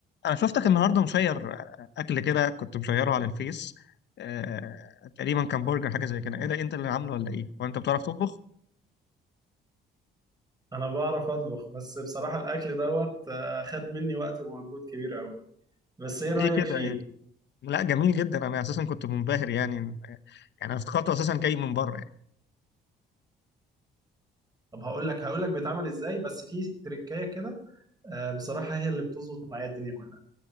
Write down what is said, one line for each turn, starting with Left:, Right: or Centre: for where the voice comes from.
Left: انا شفتك النهارده مشير اكل كده كنت مشيره على الفيس آه، تقريبا كان برجر حاجه زي كده ايه ده إيه انت اللي عامله ولا ايه وانت بتعرف تطبخ
Right: انا بعرف اطبخ بس بصراحة الاكل دوت آه، خد مني وقت ومجهود كبير قوي بس ايه رأيك
Left: ليه كده
Right: فيه
Left: يعني لا جميل جدا انا اساسا كنت منبهر يعني يعني انا افتكرته اساسا جاي من بره يعني
Right: طب هقول لك هقول لك بيتعمل ازاي بس في تريكاية كده آه، بصراحة هي اللي بتظبط معايا الدنيا كلها